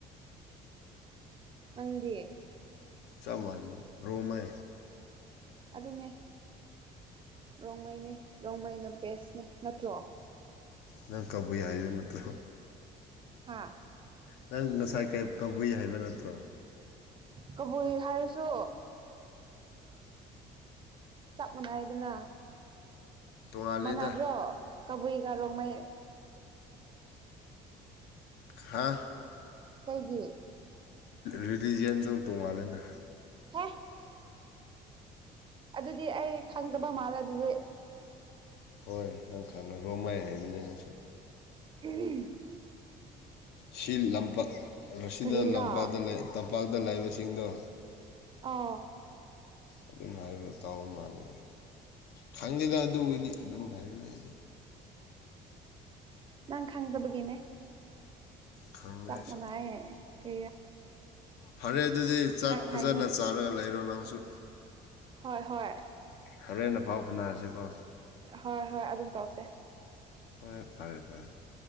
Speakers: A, on the right (about 30°); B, on the left (about 80°).
A: ꯅꯪꯗꯦ
B: ꯆꯃꯜ ꯔꯣꯃꯦ
A: ꯑꯗꯨꯅꯦ ꯔꯣꯡꯃꯩꯅꯤ ꯔꯣꯡꯃꯩꯅ ꯕꯦꯁꯅꯦ ꯅꯠꯇ꯭ꯔꯣ
B: ꯅꯪ ꯀꯕꯨ ꯍꯥꯏꯗ ꯅꯠꯇ꯭ꯔꯣ
A: ꯍꯥ
B: ꯅꯪ ꯉꯁꯥꯏ ꯀꯩ ꯀ ꯍꯥꯏꯕ ꯅꯠꯇ꯭ꯔꯣ
A: ꯀꯕꯨꯏ ꯍꯥꯏꯔꯁꯨ ꯆꯞ ꯃꯥꯟꯅꯏꯗꯅ
B: ꯇꯣꯡꯉꯥꯜꯂꯤꯗ
A: ꯃꯅꯥꯗ꯭ꯔꯣ ꯀꯕꯨꯏꯒꯔꯣꯡꯃꯩ
B: ꯈꯥ
A: ꯀꯩꯒꯤ
B: ꯔꯤꯂꯤꯖꯟꯗꯣꯝ ꯇꯣꯡꯉꯥꯂꯦꯅ
A: ꯍꯦ ꯑꯗꯨꯗꯤ ꯑꯩ ꯈꯪꯗꯕ ꯃꯥꯜꯂꯦ ꯑꯗꯨꯗꯤ
B: ꯍꯣꯏ ꯅꯪ ꯈꯪꯅꯔꯣ ꯃꯥꯏ ꯍꯥꯏꯕꯅꯦ ꯅꯪꯁꯨ
A: ꯎꯝ
B: ꯁꯤ ꯂꯝꯄꯥꯛ ꯑꯁꯤꯗ
A: ꯀꯔꯤꯔꯥ
B: ꯂꯝꯄꯥꯛꯇ ꯇꯝꯄꯥꯛꯇ ꯂꯩꯕꯁꯤꯡꯗꯣ
A: ꯑꯥ
B: ꯑꯗꯨꯝ ꯍꯥꯏꯕꯗ ꯇꯥꯎꯕ ꯃꯥꯜꯂꯤ ꯈꯪꯗꯦꯗ ꯑꯗꯨꯕꯨꯗꯤ ꯑꯗꯨꯝ ꯍꯥꯏꯕꯅꯤ
A: ꯅꯪ ꯈꯪꯗꯕꯒꯤꯅꯦ
B: ꯈꯪꯗꯦ
A: ꯆꯞ
B: ꯑꯩꯁꯨ
A: ꯃꯅꯥꯏꯌꯦ ꯀ
B: ꯐꯔꯦ ꯑꯗꯨꯗꯤ ꯆꯥꯛ ꯐꯖꯅ
A: ꯍꯥꯏꯅꯨ
B: ꯆꯥꯔꯒ ꯂꯩꯔꯣ ꯅꯪꯁꯨ
A: ꯍꯣꯏ ꯍꯣꯏ
B: ꯍꯣꯔꯦꯟꯦꯟꯅ ꯐꯥꯎ ꯐꯅꯔꯁꯤꯀꯣ
A: ꯍꯣꯏ ꯍꯣꯏ ꯑꯗꯨꯝ ꯇꯧꯁꯦ
B: ꯍꯣꯏ ꯐꯔꯦ ꯐꯔꯦ